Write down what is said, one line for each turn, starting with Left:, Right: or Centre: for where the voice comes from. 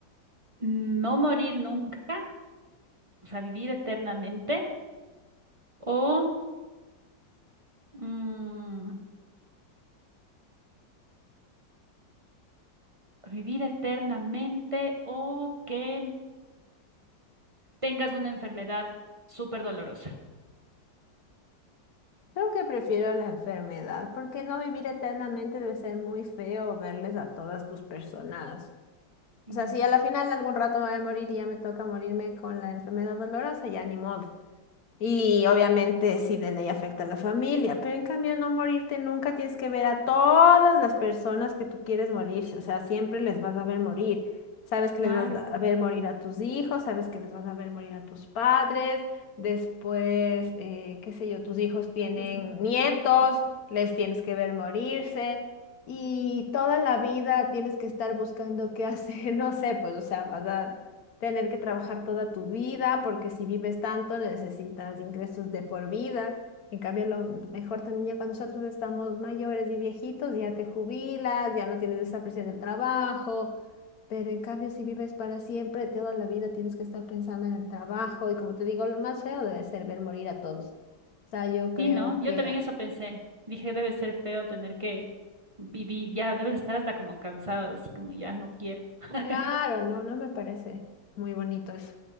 Right: ¿No morir nunca? O sea, vivir eternamente o mm, vivir eternamente o que tengas una enfermedad súper dolorosa.
Left: Creo que prefiero la enfermedad, porque no vivir eternamente debe ser muy feo verles a todas tus personas.
Right: Sí,
Left: O sea, si a la final algún rato me voy a morir y ya me toca morirme con la enfermedad dolorosa, ya ni modo. Y obviamente sí de ley afecta a la familia, pero en cambio no morirte nunca tienes que ver a todas las personas que tú quieres morirse, o sea, siempre les vas a ver morir. Sabes que
Right: claro,
Left: les vas a ver morir a tus hijos, sabes que les vas a ver morir a tus padres, después, eh, qué sé yo, tus hijos tienen
Right: a tus
Left: nietos,
Right: nietos.
Left: les tienes que ver morirse y toda la vida tienes que estar buscando qué hacer, <laughs> no sé, pues, o sea, vas a tener que trabajar toda tu vida, porque si vives tanto necesitas ingresos de por vida. En cambio, lo mejor también ya cuando nosotros estamos mayores y viejitos, ya te jubilas, ya no tienes esa presión del trabajo, pero en cambio si vives para siempre, toda la vida tienes que estar pensando en el trabajo y como te digo, lo más feo debe ser ver morir a todos. O sea, yo creo
Right: Sí, ¿no? Yo
Left: que,
Right: también eso pensé. Dije, debe ser feo tener que vivir, ya debes estar hasta como cansado, así como ya no quiero. <laughs>
Left: claro, no, no me parece muy bonito eso.